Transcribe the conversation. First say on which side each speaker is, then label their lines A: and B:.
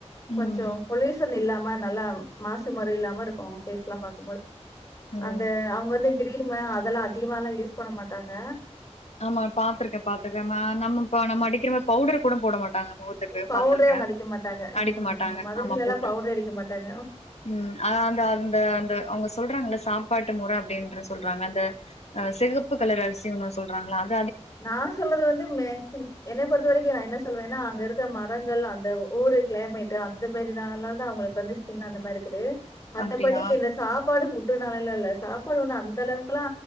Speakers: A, on the left; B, on the left.
A: ம்
B: கொஞ்சொ பொல்யூஷனு இல்லாம நல்லா மாசு மரு இல்லாம இருக்கு அவங்க ஃபேஸ்லா பாார்க்கும்போது
A: ம்
B: அந்த அவங்க வந்து கிரீ <unintelligible> அதெல்லாம் அதிகமாலாம் யூஸ் பண்ண மாட்டாங்க
A: ஆமா பாத்ருக்கே பாத்ருக்கே நா நம்ம நம்ம அடிக்குறோமே பவுடர் கூட போட மாட் அ முகதுக்கு
B: பவுடரே
A: பாத்ருக்கே
B: அவங்க அடிக்க மாட்டாங்க. அ
A: அடிக்க மாட்டாங்க
B: எங்க மதுரையிலலாம்
A: ஆமா போட்டு
B: பவுடரே அடிக்க மாட்டாங்க.
A: உம் அ அந்த அந்த அவங்க சொல்றாங்கல சாப்பாட்டு முறை அப்டின்று சொல்றாங்க அந்த சிகப்பு கலர் அரிசி ஒன்னு சொல் ராங்களால்
B: நா சொல்லது வந்து மேக்சிமம் என்னை பொறுத்த வரைக்கு நா என்ன சொல்வேனா அங்க இருக் இருக்கிற மரங்கள் அந்த ஊரு கிளைமேட்டு அந்த மேரி நா ல தா அவங்களுக்கு வந்து ஸ்கின் அந்த மாரி இக்குது மத்தபடி
A: அப்டியா
B: இந்த சாப்பாடு ஃபுட்டுனாலல்ல இல்ல சாப் போடனு தா அந்த அளவுக்குலா